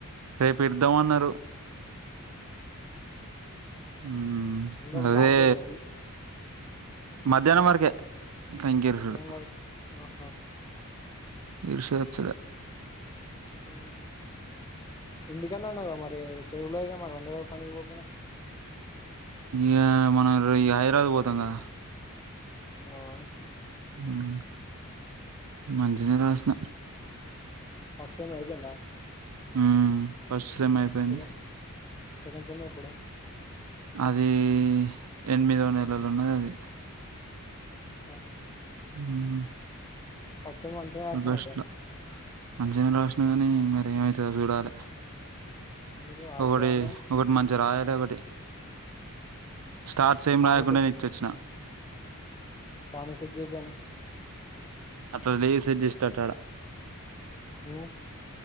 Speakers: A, on the right; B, on the left.
A: రేపు ఇద్దామ్ అన్నారు
B: ఆహ
A: మ్మ్
B: ఎండలు
A: అదే
B: బాగా కొడుతాయి
A: మధ్యాహ్నం వరకే కంకి ఇరుసుడు
B: మధ్యాహ్నం వరకు ఆహా
A: ఇరిసెయ్యొచ్చుగా
B: ఉ ఇంటి కాన్నే ఉన్నావుగా మరి ఏసు ఏం ఉన్నది ఇగ మనమందరం పనికి పోకట
A: యా మనం రి ఈ హైదరాబాద్ పోతాం కదా
B: వావ్
A: ఉ మంచిగానే రాసిన
B: అసలు అయ్యిపోయిందా
A: మ్మ్ ఫస్ట్ సెమ్ అయిపోయింది
B: సెకండ్ సెకండ్ సేమ్ ఎప్పుడు
A: అది ఎనిమిదో నెలల ఉన్నది అది
B: అప్పా
A: ఉ
B: సెమ్ మంచిగానే రాసినావ్
A: ఆగస్టు
B: అయితే
A: లా మంచిగానే రాసిన గాని మరి ఏమైతదో చూడాలే
B: ఎందుకు ఆగుతే
A: ఒకటి
B: ఏమన్నా
A: ఒకటి మంచిగా రాయాలే ఒకటి స్టార్ట్స్ ఏం
B: సార్
A: రాయకుండా నే ఇచ్చి వచ్చిన
B: స్వామి సెట్ జేబీ అన్నా
A: అట్లా లేదు సెట్ చేసేటట్టు ఆడ
B: ఉ